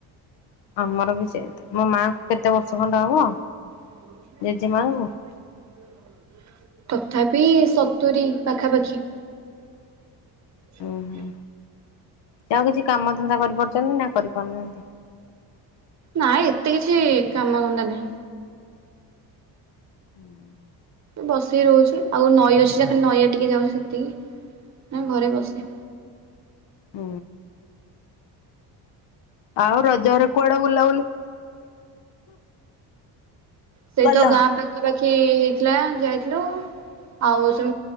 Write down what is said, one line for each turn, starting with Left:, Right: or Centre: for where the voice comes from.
Left: ଆମର ବି ସେ ମୋ ମାଆଙ୍କୁ କେତେ ବର୍ଷ ଖଣ୍ଡେ ହବ।
Right: <unintelligible>
Left: ଜେଜେମାଙ୍କୁ
Right: ତଥାପି ସତୁୁରୀ ପାଖାପାଖି। <inaudible>
Left: ଉୁଁ ହୁଁ ଆଉ କିଛି କାମ ଧନ୍ଦା କରିପାରୁଛନ୍ତି ନା କରିପାରୁନାହାନ୍ତି?
Right: ନାଇଁ ଏତେ କିଛି କାମ ଧନ୍ତା ନାାଇଁ।
Left: ହୁଁ।
Right: ବସିକି ରହୁଛି ଆଉ ନଈ ଅଛି ଯାହା ଖାଲି ନଈଆ ଟିକେ ଯାଉଛି ସେତିକି। ନା ଘରେ ବସେ।
Left: ହୁଁ। ଆଉ ରଜ ଘରେ କୁଆଡେ ବୁଲାବୁଲି
Right: ସେଇ
Left: କଲ?
Right: ତ ଗାଁ ପାଖାପାଖି ହେଇଥିଲା ଯାଇଥିଲୁ। ଆଉ ସେ